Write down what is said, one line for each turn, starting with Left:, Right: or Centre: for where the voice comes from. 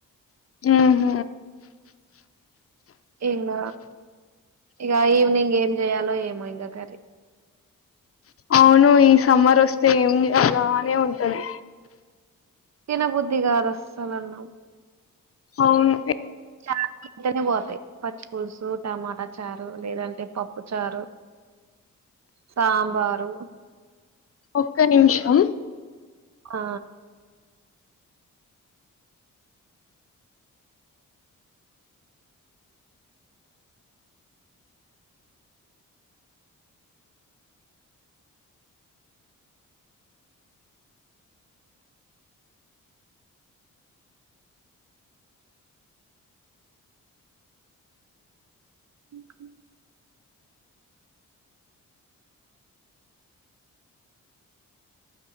Left: అ హ
Right: ఇంగ ఇగ ఈవనింగ్ ఏం చేయాలో ఏమో ఇంగ కర్రి
Left: అవును ఈ సమ్మర్ వస్తే ఏం ఉంది అలానే ఉంటది
Right: తిన బుద్ధి కాదు అస్సల్ అన్నం
Left: అవును
Right: చార్లు ఉంటేనే పోతయ్ పచ్చి పూలుసు టమాటా చారు లేదంటే పప్పు చారు
Left: అ
Right: సాంబారు
Left: ఒక్క నిమిషం
Right: ఆ ఓక